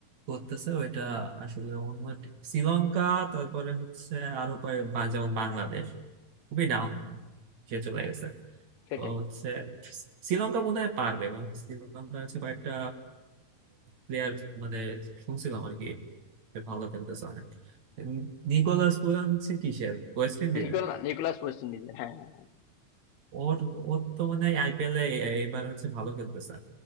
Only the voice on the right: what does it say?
করতেছে ওইটা আসলে অন্য টি- শ্রীলঙ্কা তারপরে হচ্ছে আরো কয়েক বা- যেমন বাংলাদেশ খুবই ডাউন সে চলে গেছে
তো হচ্ছে শ্রীলঙ্কা বোধহয় পারবে কারণ শ্রীলঙ্কা হচ্ছে কয়েকটা প্লেয়ার মানে শুনছিলাম আর কি সে ভালো খেলতেছে অনেক উম, নিকোলাস পুরান হচ্ছে কিসের ওয়েস্ট ইন্ডিজের
ওর ওর তো মানে আইপিএল এ এবার হচ্ছে ভালো খেলতেছে